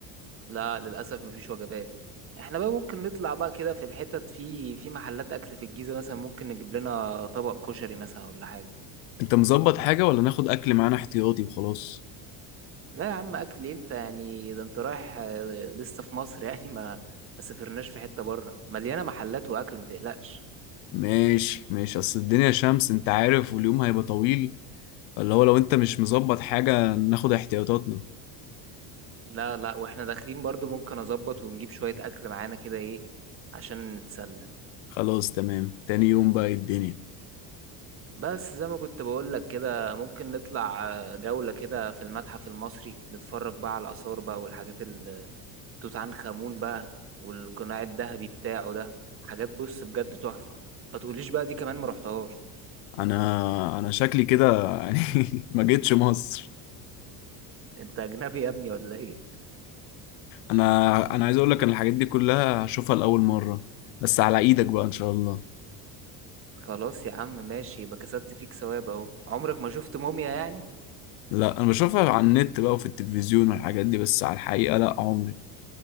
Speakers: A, on the right; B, on the left.
A: لا للاسف مفيش وجبات احنا بقى ممكن نطلع بقى كده في الحتت في في محلات اكل في الجيزه مثلا ممكن نجيب لنا طبق كشري مثلا ولا حاجه
B: انت مظبط حاجة ولا ناخد اكل معانا احتياطي وخلاص
A: لا يا عم اكل إيه انت يعني ده انت رايح آه، لسه في مصر <laughs> يعني ما ما سافرناش في حتة بره مليانة محلات واكل ما تقلقش
B: ماشي ماشي اصل الدنيا شمس انت عارف واليوم هيبقى طويل اللي هو لو انت مش مظبط حاجة ناخد احتياطاتنا
A: لا لا واحنا داخلين برضو ممكن اظبط ونجيب شوية اكل معانا كده ايه عشان نتسلى
B: خلاص تمام تاني يوم بقى إيه الدنيا
A: بس زي ما كنت بقول لك كده ممكن نطلع آه، جولة كده في المتحف المصري نتفرج بقى على الآثار بقى والحاجات ال- توت عنخ آمون بقى والقناع الذهبي بتاعه ده حاجات بص بجد تحفة ما تقوليش بقى دي كمان ما رحتهاش
B: انا انا شكلي كده يعني <laughs> ما جيتش مصر
A: انت اجنبي يا ابني ولا ايه
B: انا انا عايز اقول لك ان الحاجات دي كلها هشوفها لاول مرة بس على ايدك بقى ان شاء الله
A: خلاص يا عم ماشي يبقى كسبت فيك ثواب اهو عمرك ما شفت موميا يعني
B: لا انا بشوفها على النت بقى وفي التلفزيون والحاجات دي بس على الحقيقة لا عمري